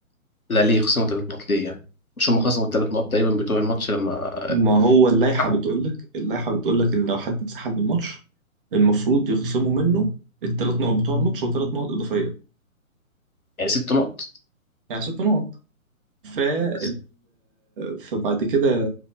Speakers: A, on the left; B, on the right.
A: لا ليه خصموا ثلاث نقط ليه يعني مش هم خصموا الثلاث نقط تقريبا بتوع الماتش لما
B: ما هو اللائحة
A: سحبوا.
B: بتقول لك اللائحة بتقول لك إن لو حد انسحب من الماتش المفروض يخصموا منه الثلاث نقط بتوع الماتش وثلاث نقط إضافية
A: يعني ست نقط
B: يعني ست نقط فال...
A: بس
B: فبعد كده